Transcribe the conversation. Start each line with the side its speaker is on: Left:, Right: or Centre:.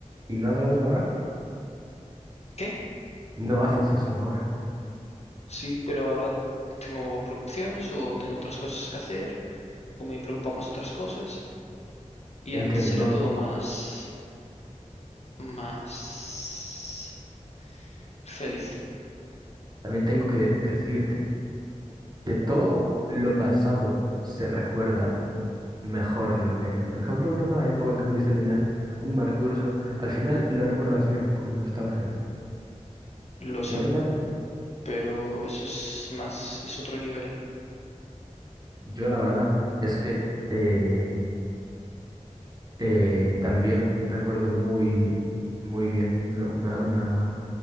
Right: ¿Y no haces eso ahora?
Left: ¿Qué?
Right: No haces eso ahora.
Left: Sí, pero ahora tengo preocupaciones o tengo otras cosas que hacer o me preocupan más otras cosas y
Right: Entiendo,
Left: antes era
Right: ¿no?
Left: todo más más feliz.
Right: También tengo que decirte. que todo lo pasado se recuerda mejor de lo que era. Por ejemplo, una mala época que pudiste tener, un mal curso, al final lo recuerdas bien, con nostalgia.
Left: Lo sé,
Right: ¿No te parece?
Left: pero eso es más, es otro nivel.
Right: Yo la verdad es que eh, eh, también recuerdo muy, muy bien una, una, una